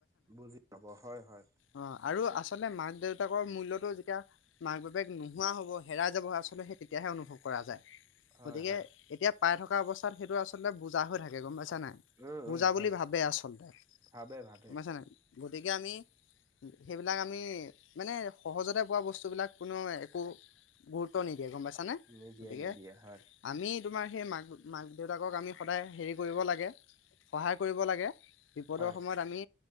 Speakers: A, on the right; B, on the left.
A: বুজি পাব হয় হয়।
B: অ আৰু আচলতে মাক দেউতাকৰ মূল্যটো যেতিয়া মাক বাপেক নোহোৱা হব হেৰাই যাব আচলতে সেই তেতিয়া অনুভৱ কৰা যায়
A: হয়
B: গতিকে
A: হয়
B: এতিয়া পাই থকা অৱস্থাত সেইটো আচলতে বুজা হৈ থাকে গম পাইছ ছে নাই
A: উম
B: বুজা
A: উম
B: বুলি
A: হয়
B: ভাবে আচলতে
A: ভাবে ভাবে
B: বুমাইছে নাই গতিকে আমি সেইবিলাক আমি মানে সহজতে পোৱা বস্তুবিলাক কোনো একো গুৰুত্ব নিক বিয়া গম পাইছানে
A: নিদিয়ে
B: গতিকে
A: নিদিয়ে হয়
B: আমি তোমাৰ সেই মাক মাক দেউতাকক আমি সদায় হেৰি কৰিব লাগে সহায় কৰিব লাগে বিপদৰ
A: হয়
B: সময়ত আমি